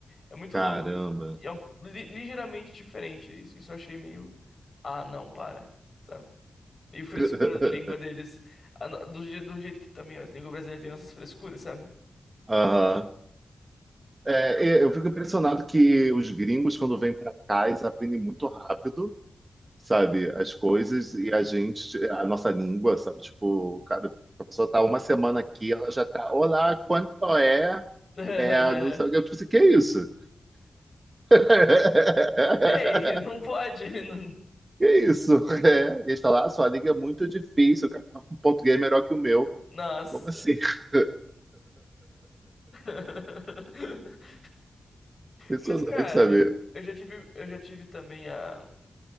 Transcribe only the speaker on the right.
caramba.
<laughs>
Aham. É, e- eu fico impressionado que os gringos, quando vêm para cá, eles aprendem muito rápido, sabe, as coisas e a gente, a nossa língua, sabe, tipo, cara, a pessoa tá uma semana aqui, ela já tá, olá, quanto é?
É, não sei o que. Eu tipo assim, que é isso? <laughs>
Que isso? É. E eles falaram, ah, sua língua é muito difícil, o cara tá com português é melhor que o meu.
Como assim? <laughs>
Impressionante,
sabe?